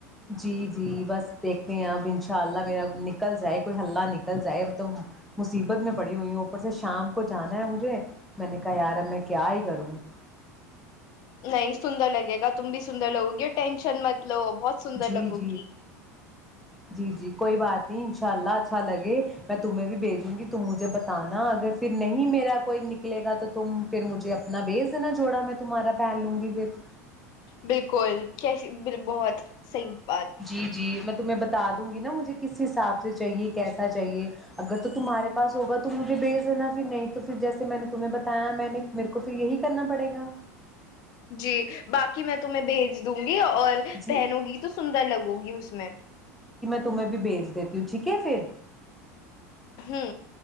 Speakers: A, in the centre; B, on the left.
A: جی جی بس دیکھتے ہیں اب ان شاء اللہ میرا نکل جائے کوئی ہلہ نکل جائے اب تو مصیبت میں پڑی ہوئی ہوں اوپر سے شام کو جانا ہے مجھے میں نے کہا یار اب میں کیا ہی کروں <inaudible>
B: نہیں سندر لگے گا تم بھی سندر لگو گی اور ٹینشن مت <inaudible> لو بہت سندر
A: جی
B: لگو
A: جی
B: گی <inaudible>
A: جی جی کوئی بات نہیں ان شاء اللہ اچھا لگے میں تمہیں بھیجوں گی تم مجھے بتانا اگر پھر نہیں میرا کوئی نکلے گا تو تم <inaudible> پھر مجھے اپنا بیج دینا <inaudible> چوڑا میں تمہارا پہن لوں گی پھر <inaudible>
B: بالکل کیسی بہت صحی <inaudible>
A: جی جی میں تمہیں بتا <inaudible> گی نا مجھے کس حساب سے چاہیے کیسا چاہیے اگر تو تمہارے پاس ہوگا تو مجھے بھیج دینا پھر نہیں توھر جیس میں نے تمہیں بتایا میں نے میرے کو پھر یہی کرنا پڑے گا
B: جی باقی میں تمہیں بھیج <inaudible> اور
A: جی
B: پہنو گی تو سندر لگو گی اس میں
A: تہ میں بھیج دیتی ہوں ٹھیک ہے پھر
B: ہ